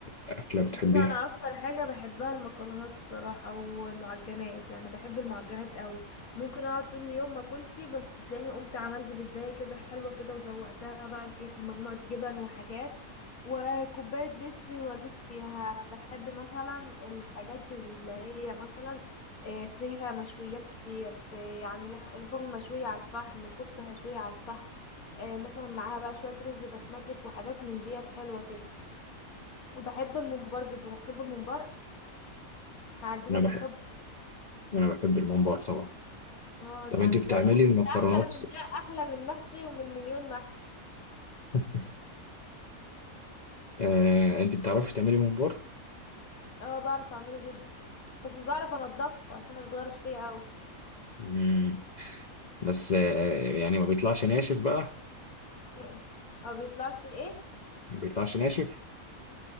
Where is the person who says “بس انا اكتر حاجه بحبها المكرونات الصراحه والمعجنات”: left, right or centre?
Left